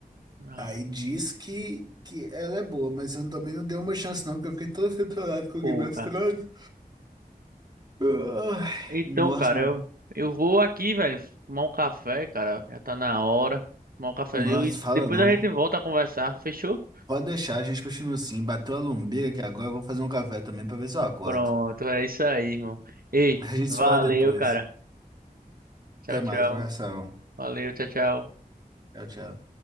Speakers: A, on the right; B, on the right.
A: Ah,
B: Aí diz que, que ela é boa, mas eu também não dei uma chance, não, porque eu fiquei tão decepcionado com o
A: pô,
B: Game of
A: cara.
B: Thrones. Ai,
A: Então,
B: Nossa,
A: cara,
B: mas...
A: eu, eu vou aqui, velho, tomar um café, cara. Já tá na hora. Tomar um cafezinho
B: Nossa,
A: e
B: fala
A: depois
B: não.
A: a gente volta a conversar. Fechou?
B: Pode deixar, a gente continua assim. Bateu a lombriga aqui agora, eu vou fazer um café também pra ver se eu acordo.
A: Pronto, é isso aí, irmão. Ei,
B: <laughs> A gente
A: valeu,
B: se fala depois.
A: cara. Tchau,
B: Até mais,
A: tchau.
B: abração.
A: Valeu, tchau, tchau.
B: Tchau, tchau.